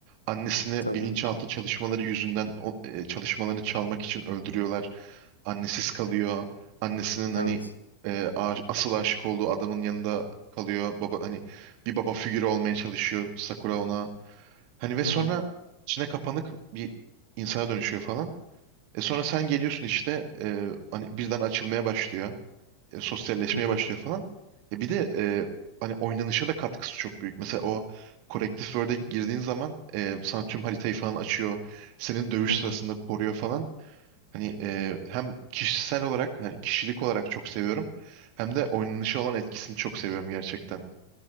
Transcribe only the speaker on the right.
annesini
bilinçaltı çalışmaları yüzünden o, e, çalışmalarını çalmak için öldürüyorlar. Annesiz kalıyor. Annesinin hani
e, a- asıl aşık olduğu adamın yanında kalıyor. Baba hani bir baba figürü olmaya çalışıyor Sakura ona. Hani ve
sonra
içine kapanık bir insana dönüşüyor falan. E sonra sen geliyorsun işte e, hani birden açılmaya başlıyor e, sosyalleşmeye
başlıyor falan. E bir de e, hani oynanışa da katkısı çok büyük. Mesela o Corrective Word'e girdiğin zaman e, sana tüm haritayı falan açıyor. Seni dövüş
sırasında koruyor falan. Hani e, hem kişisel olarak hani kişilik olarak çok seviyorum. Hem de oynanışa olan etkisini çok seviyorum gerçekten.